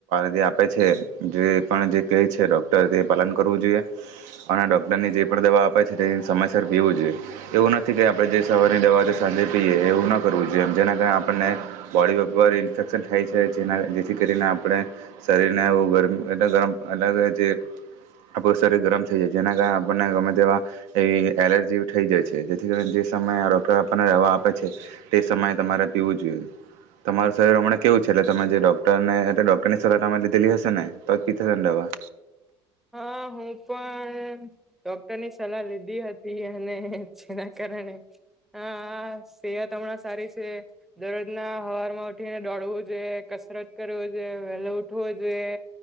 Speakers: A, on the right; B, in the centre.
A: જે આપે છે જે પણ જે કહે છે ડોક્ટર તે પાલન કરવું જોઈએ, અને ડોક્ટરની જે પણ દવા આપે છે તે સમયસર પીવું જોઈએ. એવું નથી કે આપણે જે સવારની દવા છે સાંજે પીએ એવું ના કરવું જોઈએ, જેના કારણે આપણને. બોડી ઉપર ઇન્ફેક્શન થાય છે, જેના જેથી કરીને આપણે શરીરને એઉ <unintelligible> ગર ગરમ અલગ જે આપણું શરીર ગરમ થઈ જાય, જેના કારણે આપણને ગમે તેવા એ એલર્જી થઈ જાય છે, જેથી કરીને જે સમયે આ રોક આપણને દવા આપે છે તે સમયે તમારે પીવું જોઈએ. તમારું શરીર હમણા કેવું છે? એટલે તમે જે ડોક્ટર ને એટલે ડોક્ટરની સલાહ લીધેલી હશે ને તો જ પી થશે ને દવા.
B: હા હું પણ ડોક્ટરની સલાહ લીધી હતી, અને જેના કારણે હ સેહત હમણાં સારી છે. દરરોજના હવારમાં ઉઠીને દોડવું જોઈએ, કસરત કરવી જોઈએ, વહેલો ઉઠવો જોઈએ,